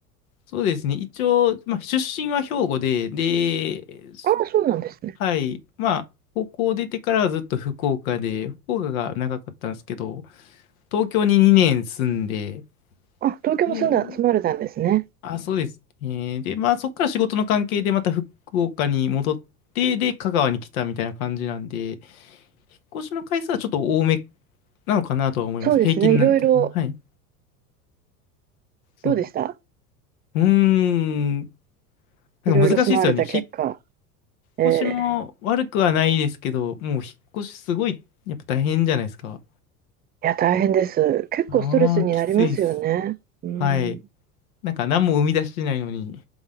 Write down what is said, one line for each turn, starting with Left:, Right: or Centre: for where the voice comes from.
Left: そうですね。一応、まあ、出身は兵庫で、で、
Right: ああ、そうなんですね。
Left: はい。まあ、高校出てからはずっと福岡で、福岡が長かったんですけど、東京に2年住んで、
Right: あ、東京も住んだ、
Left: で、
Right: 住まわれたんですね。
Left: あ、そうですね。で、まあ、そこから仕事の関係でまた福岡に戻って、で、香川に来たみたいな感じなんで、引っ越しの回数はちょっと多めなのかなとは思います。
Right: そうですね、
Left: 平均なん的な。
Right: いろいろ、
Left: はい。そう。
Right: どうでした
Left: うーん。なんか難しいですよね。
Right: いろいろ住まわれた結果。
Left: 引っ
Right: えー
Left: 越しも悪くはないですけど、もう引っ越しすごい、やっぱ大変じゃないですか。
Right: いや、大変です。結構ストレスになりますよね。
Left: ああ、きついです。
Right: うん、
Left: はい。なんか何も生み出してないのに、